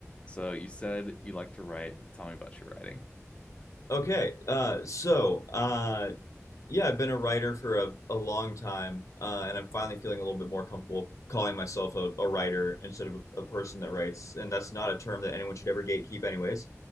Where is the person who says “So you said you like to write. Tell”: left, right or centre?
Left